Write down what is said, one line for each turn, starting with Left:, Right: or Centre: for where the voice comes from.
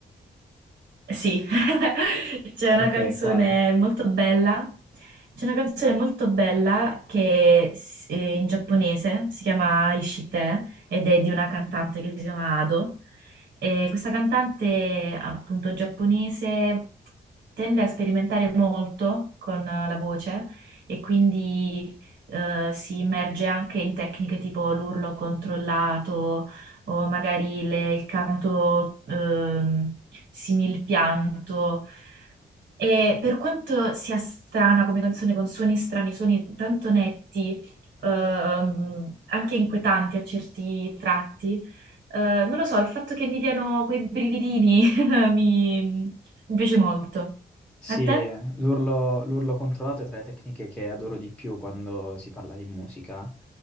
Right: Sì, <laughs> c'è
Centre: Ok,
Right: una canzone
Centre: quale?
Right: molto bella, c'è una canzone molto bella che s- è in giapponese si chiama Ishite ed è di una cantante che si chiama Ado. E questa cantante, appunto, giapponese tende a sperimentare molto con eh, la voce e quindi eh, si immerge anche in tecniche tipo l'urlo controllato o magari le- il canto ehm, simil pianto. E per quanto sia strana come canzone, con suoni strani, suoni tanto netti, ehm, anche inquietanti a certi tratti, eh, non lo so, il fatto che mi diano quei brividini <laughs> mi mi piace molto.
Centre: Sì,
Right: A te?
Centre: l'urlo l'urlo controllato è tra le tecniche che adoro di più quando si parla di musica,